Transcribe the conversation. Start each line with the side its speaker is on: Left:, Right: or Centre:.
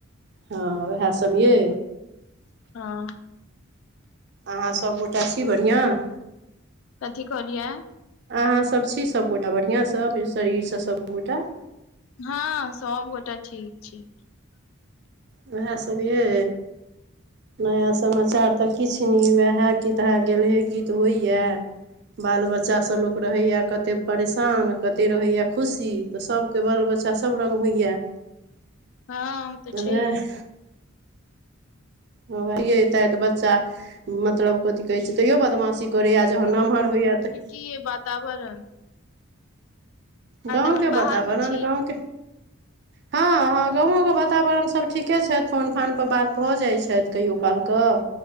Right: हँ, वेहे सब यै।
Left: हँ।
Right: अहाँ सब गोटा छी बढ़िआँ?
Left: कथी कहलिये?
Right: अहाँ सब छी सब गोटा बढ़िआँ स शरीर स सब गोटा?
Left: हँ, सब गोटे ठीक छी।
Right: वेहे सब ऐ नया समाचार तऽ किछु वेहे गीतहा गेलहे गीत होइये। बाल बच्चा स लोक रहैये कते परेशान, कते रहैये खुशी। तऽ सबके बाल बच्चा सब रङ्ग होइये।
Left: हँ। तऽ छैहे
Right: नेह नै एतऽ बच्चा मतलब कथि कहै छै? तैयो बदमाशी करैये जहन नमहर होइये त
Left: कीये बात तावरण
Right: गाँव
Left: एखन
Right: के
Left: बाहर
Right: बातावरन
Left: मे छी
Right: गाँव के हँ- हँ गामो के बाताबरण सब ठीके छैथ फोन- फान पर बात भऽ जाइ छैथ कहियो- काल कऽ